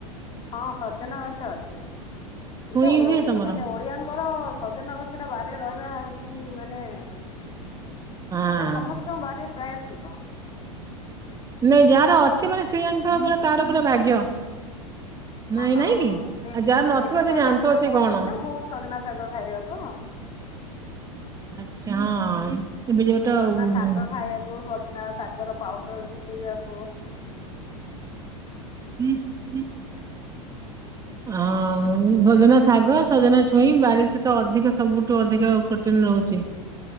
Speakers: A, on the left; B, on the right.
A: ହଁ ସଜନା ଗଛ ଅଛି। ଏଇଟା
B: ଛୁଇଁ
A: ଓ
B: ହୁଏ ତମର?
A: ମାନେ ଓଡ଼ିଆଙ୍କର ସଜନ ଗଛଟା ବାର୍ ରେ ରହିବା ହଉଚି ମାନେ ସେଟା
B: ହଁ
A: ସମସ୍ତଙ୍କ ବାରିରେ ପ୍ରାୟ ଥିବ।
B: ନାଇଁ ଯାହାର ଅଛି ମାନେ ସିଏ ଜାଣିଥା ପୁରା ତାର ପୁରା ଭାଗ୍ୟ। ନାଇଁ
A: ଆ ହ
B: ନାଇଁ କି?
A: ଏବେ
B: ଆଉ ଯାହାର ନଥିବ
A: ଏବେ
B: ସେ
A: ତ
B: ଜାଣିଥିବ
A: ଡାକ୍ତର
B: ସେ
A: କୋହୁଚନ୍ତି
B: କଣ?
A: ନାଁ ବୋହୁତ ସଜନା ଶାଗ ଖାଇବାକୁ।
B: ଆଚ୍ଛା ହଁ। ଏବେ ଯୋଉଟା
A: ସଜନା
B: ଉଁ,
A: ଶାଗ ଖାଇଆକୁ ସ ନା ଶାଗର ପାଉଡ଼ର ବି ପିଇବାକୁ।
B: ହୁଁ ହୁଁ ଅଁ ଉଁ ସଜନା ଶାଗ ସଜନା ଛୁଇଁ ବାରି ସେ ତ ଅଧିକ ସବୁଠୁ ଅଧିକ ପ୍ରୋଟିନ୍ ରହୁଚି। <inaudible>